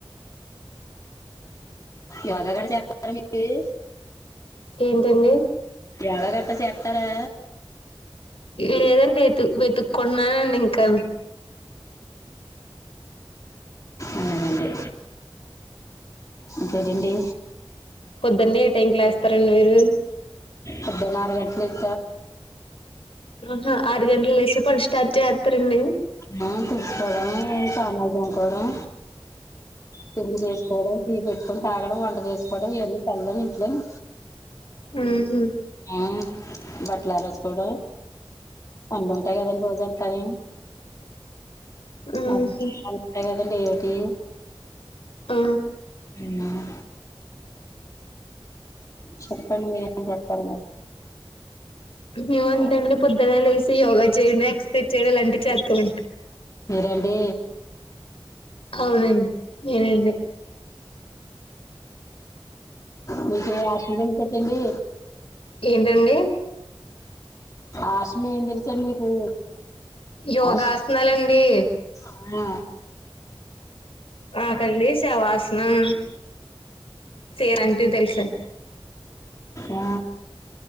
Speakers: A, on the left; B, on the left.
A: యోగా కూడా చేత్తారా మీరు
B: ఏంటండి
A: యోగ గట్టా చేస్తారా
B: లేదండి వెతు వెతుక్కుంటున్నానండి ఇంకా
A: అలాగే అండి ఇంకేటండి
B: పొద్దన్నే ఏ టైం కి లేస్తారండి మీరు
A: పొద్దున్న ఆరు గంటలకి
B: ఆహా ఆరు గంటలకు లేసి పనులు స్టార్ట్ చేస్తారా అండి
A: మా తుడుసుకోవడం సామాన్లు తోముకోవడం టీ చేసుకోవడం టీ పెట్టుకొని తాగడం వంట చేసుకోవడం ఇవన్నీ పనుళ్ళన్ని ఇంట్లోనే
B: ఉహు
A: ఉమ్ బట్టలు ఆరేసుకోవడం పనులు ఉంటాయి కదా అండి రోజంతా ని
B: ఊహూ
A: మాకు ఉంటాయి కదండి ఏటి
B: ఆ
A: ఉమ్ చెప్పండి మీరేమన్నా అవును
B: మేము అంతే అండి పొద్దున లేసి యోగా చేయడం ఎక్సర్సైజ్ చేయడం అలాంటివి చేస్తాం
A: మీరా అండి
B: అవునండి నేనండి
A: మీకు <unintelligible> పెట్టండి
B: ఏంటండి
A: ఆసనం ఏం తెలుసండి మీకు
B: యోగా
A: ఆశ
B: ఆసనాలు అండి
A: ఆ
B: మాకండి శవాసనం సే ఇలాంటివి తెలుసండి
A: ఆ